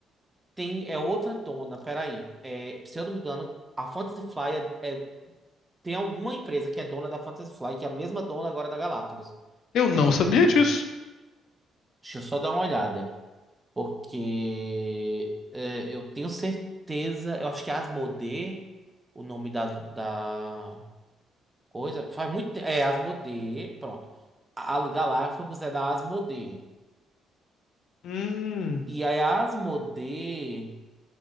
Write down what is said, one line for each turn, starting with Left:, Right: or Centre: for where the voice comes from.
Right: Tem, é outra dona, peraí. É, se eu não me engano, a Fantasy Fly é, é- tem alguma empresa que é dona da Fantasy Fly, que é a mesma dona agora da Galápagos.
Left: Eu não
Right: É,
Left: sabia disso.
Right: deixa eu só dar uma olhada. Porque é, eu tenho certeza. Eu acho que é Asmodee, o nome da, da, Coisa, faz muito tempo. É, Asmodee, pronto. A a Galápagos é da Asmodee.
Left: Hum,
Right: E aí a Asmodee,